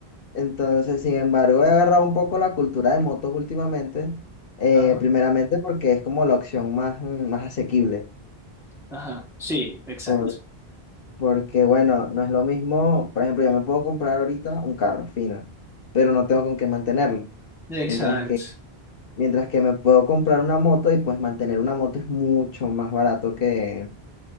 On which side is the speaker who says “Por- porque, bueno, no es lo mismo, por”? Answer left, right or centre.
Left